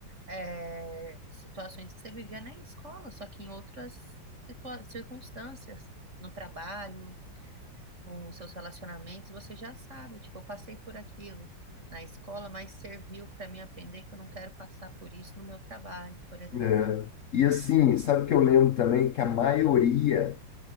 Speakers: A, on the right; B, on the left.
A: é, situações que você vivia na escola, só que em outras situa- circunstâncias, no trabalho, com os seus relacionamentos, você já sabe, tipo, eu passei por aquilo na escola, mas serviu para mim aprender que eu não quero passar por isso no meu trabalho, por exemplo.
B: É. E assim, sabe o que eu lembro também? Que a maioria